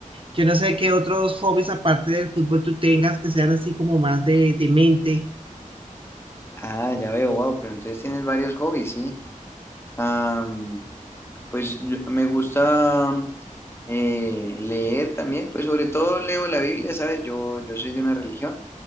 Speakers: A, on the right (about 40°); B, on the left (about 20°).
A: Yo no sé qué otros hobbies aparte del fútbol tú tengas que sean así como más de, de mente.
B: ah, ya veo, wow, pero entonces tienes varios hobbies, sí. Am, pues yo- me gusta eh, leer también, pues sobre todo leo la Biblia, ¿sabes? Yo, yo soy de una religión,